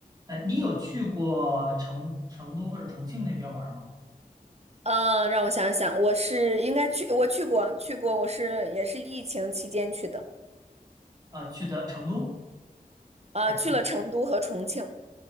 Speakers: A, on the right; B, on the right.
A: 呃，你有去过成成都或者重庆那边玩吗？
B: 嗯，让我想想，我是应该去，我去过，去过，我是也是疫情期间去的，
A: 啊、去的成都
B: 啊、
A: 还是
B: 去了成都和重庆。